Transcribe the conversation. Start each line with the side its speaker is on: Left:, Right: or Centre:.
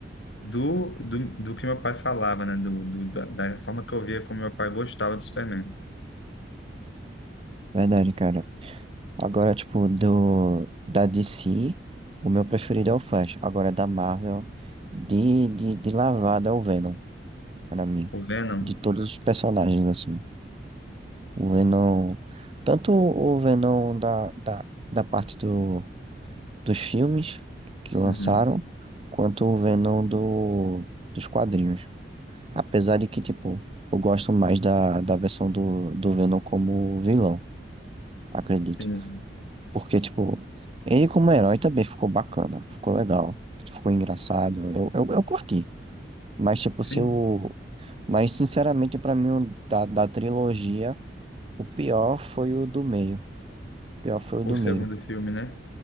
Left: do, do, do que meu pai falava, né? Do, do- da, da forma que eu via como meu pai gostava do Superman.
Right: verdade, cara. Agora, tipo, do, da DC, o meu preferido é o Flash. Agora, da Marvel, de, de, de lavada é o Venom, pra mim.
Left: O Venom.
Right: De todos os personagens, assim. O Venom. Tanto o Venom da, da, da parte do, dos filmes que lançaram,
Left: Uhum.
Right: quanto o Venom do, dos quadrinhos. Apesar de que, tipo, eu gosto mais da, da versão do, do Venom como vilão, acredito.
Left: Sim.
Right: Porque, tipo, ele como herói também ficou bacana, ficou legal, ficou engraçado. Eu, eu, eu curti. Mas, tipo,
Left: Sim.
Right: se eu. Mas, sinceramente, pra mim, o da, da trilogia, o pior foi o do meio. O pior foi o
Left: O
Right: do
Left: segundo
Right: meio.
Left: filme, né?